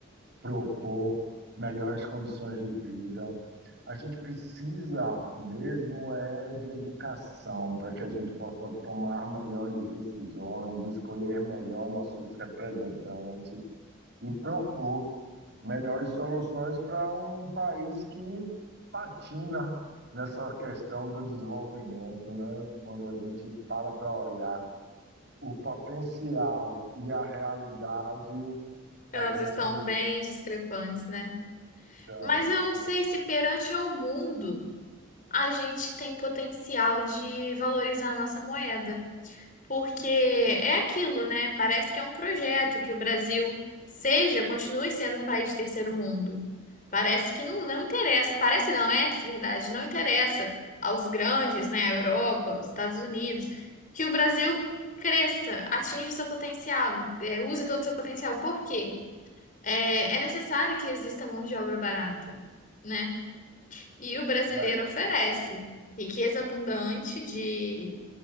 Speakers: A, on the right; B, on the left.
A: propor melhores condições de vida. A gente precisa mesmo é de educação para que a gente possa tomar melhores decisões, escolher melhor nossos representantes e propor melhores soluções para um país que patina nessa questão do desenvolvimento, né? Quando a gente para para olhar o potencial e a realidade, a
B: Elas
A: gente
B: estão bem discrepantes, né?
A: então,
B: Mas eu não
A: então,
B: sei se perante ao mundo a gente tem potencial de valorizar a nossa moeda. porque é aquilo, né? Parece que é um projeto que o Brasil seja, continue sendo um país de terceiro mundo. Parece que não, não interessa, parece não, é verdade, não interessa aos grandes, né, a Europa, os Estados Unidos, que o Brasil cresça, atinja o seu potencial, é, use todo o seu potencial. Por quê? É, é necessário que exista mão de obra barata, né? E o brasileiro
A: né?
B: oferece riqueza abundante de,